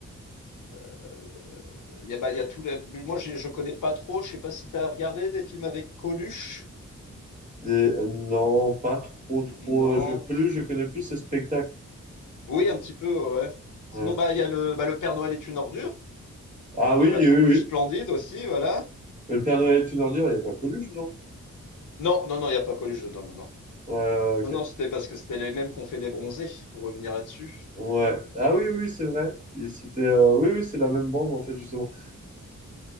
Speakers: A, on the left (about 85°); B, on the right (about 25°).
A: Euh, il y a, bah, il y a tout. le- Moi, j'ai- je connais pas trop. Je sais pas si t'as regardé des films avec Coluche.
B: des... Non, pas trop, trop.
A: N- Non.
B: Je, connais- je connais plus ces spectacles.
A: Oui, un petit peu, ouais. Sinon,
B: Ouais.
A: bah, il y a le, bah, le Père Noël est une ordure
B: Ah
A: de, de
B: oui,
A: la
B: oui,
A: troupe du
B: oui.
A: Splendide aussi, voilà.
B: Mais le Père Noël est une ordure, il n'y a pas Coluche, non?
A: Non, non, non, il y a pas Coluche dedans, non, non.
B: Ouais, ok.
A: Non, non, c'était parce que c'était les mêmes qu'ont fait les bronzés, pour revenir là-dessus.
B: Ouais. Ah oui, oui, c'est vrai. Il C'était, euh, oui, oui, c'est la même bande, en fait, justement.